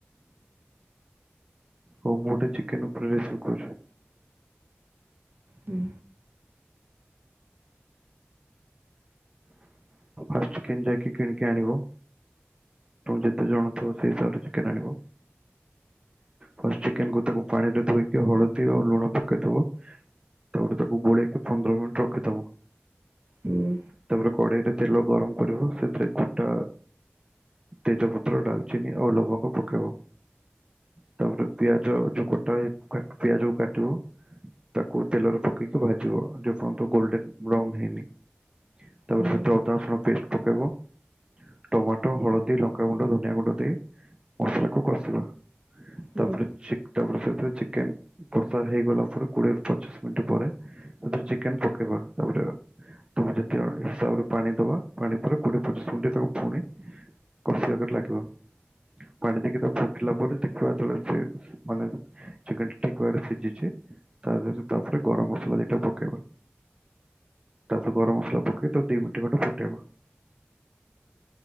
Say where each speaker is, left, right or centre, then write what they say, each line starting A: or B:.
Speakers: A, on the right; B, on the right.
A: ହଉ ଗୋଟେ ଚିକେନ୍ ଉପରେ ରେସିପି କହୁଛି।
B: ହୁଁ।
A: ଚିକେନ୍ ଟା କିଣିକି ଆଣିବ। ତମ ଯେତେ ଜଣ ଥିବ ସେଇ ହିସାବରେ ଚିକେନ୍ ଆଣିବ ଫାର୍ଷ୍ଟ ଚିକେନ୍ କୁ ତାକୁ ପାଣିରେ ଧୋଇକି ହଳଦୀ ଆଉ ଲୁଣ ପକେଇ ଦବ ତାପରେ ତାକୁ ଗୋଲେଇକି ପନ୍ଦର ମିନିଟ୍ ରଖି ଦବ।
B: ହୁଁ
A: ତାପରେରେ କଡେଇରେ ତେଲ ଗରମ କରିବ। ସେଥିରେ ଗୋଟା ତେଜପତ୍ର ଡାଲଚିନି ଆଉ ଲବଙ୍ଗ ପକେଇବ। ତାପରେ ପିଆଜ ଯୋଉ କଟା ହୋଇକା-ପିଆଜକୁ କାଟିବ ତାକୁ ତେଲରେ ପକେଇକି ଭାଜିବ ଯେର୍ଯ୍ୟନ୍ତ ଗୋଲଡେନ୍ ବ୍ରାଉନ ହେଇନି। ତାପରେ
B: ହୁଁ
A: ସେଥିରେ ଅଦା ରସୁଣ ପେଷ୍ଟ ପକେଇବ। ଟମାଟୋ, ହଳଦୀ, ଲଙ୍କାଗୁଣ୍ଡ, ଧନିଆ ଗୁଣ୍ଡ ଦେଇ ମସଲାକୁ କଷିବା।
B: ହୁଁ
A: ତାପରେ ଚିକ୍ ତାପରେ ସେଥିରେ ଚିକେନ୍ କଷା ହେଇଗଲା ପରେ କୋଡିଏ ରୁ ପଚିଶ ମିନିଟ ପରେ ତା ଥିରେ ଚିକେନ୍ ପକେଇବା ତାପରେ ତମେ ଯେତେ ହିସାବରେ ପାଣି ଦବା। ପାଣି ପରେ କୋଡିଏ ପଚିଶ ମିନିଟ୍ ତାକୁ ପୁଣି କଷିବା-ଆକାରରେ ଲାଗିବା। ପାଣି ଦେଇକି ତାକୁ ଫୁଟିଲା ପରେ ଦେଖିବା ଯେତେବେଳେ ସେ-ମାନେ ଚିକେନ୍ ଟା ଠିକ ଭାବରେ ସିଝିଛି ତାଧିରେ ତାପରେ ଗରମ ମସଲା ଦିଟା ପକେଇବା। ତାପରେ ଗରମ ମସଲା ପକେଇକି ତାକୁ ଦି ମନଟି ଖଣ୍ଡେ ଫୁଟେଇବା।